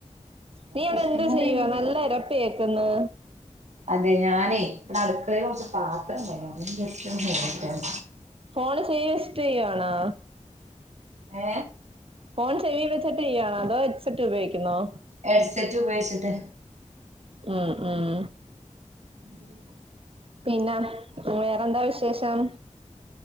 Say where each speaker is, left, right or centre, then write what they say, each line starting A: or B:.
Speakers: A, on the right; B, on the right.
A: നീ അവിടെ
B: കുക്കിംഗ്
A: എന്ത് ചെയ്യുവാ
B: കൊണ്ട്
A: നല്ല എരപ്പ് കേ ക്കന്ന്
B: അതെ. ഞാനേ ഇടെ അടുക്കളെല് കൊറച്ച് പാത്രണ്ടെന്നൂ. അതൊന്ന് ജസ്റ്റ്‌ ഒന്ന് കഴ്‌കിക്കാനാ
A: ഫോണ് ചെയ്യ ഇഷ്ടു ചെയ്യാണോ
B: ഏ
A: ഫോൺ ചെവി വെച്ചട്ടീയാണോ? അതോ ഹെഡ് സെറ്റ് ഉപയോഗിക്കുന്നോ?
B: ഹെഡ്സെറ്റ് ഉപയോഗിച്ചിട്ട്
A: ഉം ഉം
B: ഉ
A: പിന്നെ വേറെന്താ വിശേഷം?